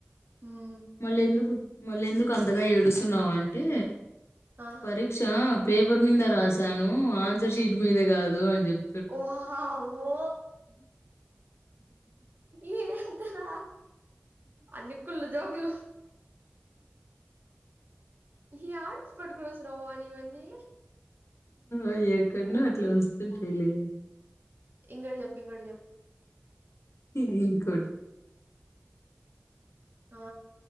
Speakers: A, on the right; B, on the left.
A: ఉమ్
B: మళ్ళీ ఎందుకు మళ్ళీ ఎందుకు అంతగా ఏడుస్తున్నావు అంటే
A: ఆ
B: పరీక్ష పేపర్ మీద రాసాను ఆన్సర్ షీట్ మీద కాదు అని చెప్ప
A: ఓహా ఓ ఇ ఎంతార అన్ని కుళ్ళు జోగులు ఏడానించి పట్టుకుని వచ్చినవ్ వాణి ఇవ్వని
B: అ ఎక్కడనే అట్లే వస్తుంటారు
A: ఇంకోటి చెప్ ఇంకే చెప్
B: ఇద్గో ఇంకోటి
A: ఆ